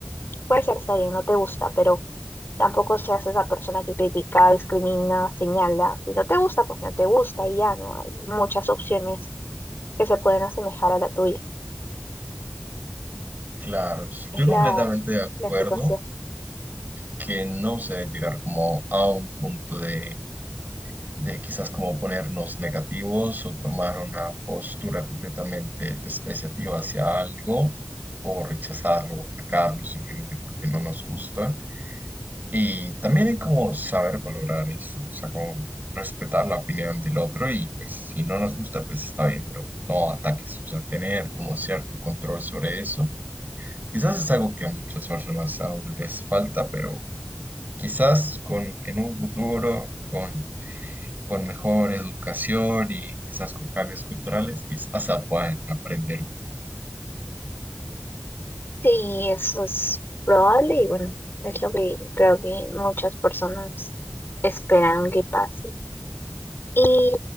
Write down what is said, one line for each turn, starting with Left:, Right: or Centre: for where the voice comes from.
Left: Puede ser, está bien, no te gusta, pero tampoco seas esa persona que critica, discrimina, señala. Si no te gusta, pues no te gusta y ya, ¿no? Hay muchas opciones que se pueden asemejar a la tuya.
Right: Claro, estoy
Left: es
Right: completamente
Left: la,
Right: de acuerdo
Left: la situación.
Right: que no se debe llegar como a un punto de, de quizás como ponernos negativos o tomar una postura completamente despreciativa hacia algo o rechazarlo o atacarlo simplemente porque no nos gusta. Y también hay como saber valorar eso, o sea, como respetar la opinión del otro y pues si no nos gusta, pues está bien, pero no ataques, o sea, tener como cierto control sobre eso Quizás es algo que a muchas personas aún les falta, pero quizás con, en un futuro, con, con mejor educación y quizás con cambios culturales, quizás se puedan aprender.
Left: Sí, eso es probable y bueno, es lo que creo que muchas personas esperan que pase. Y,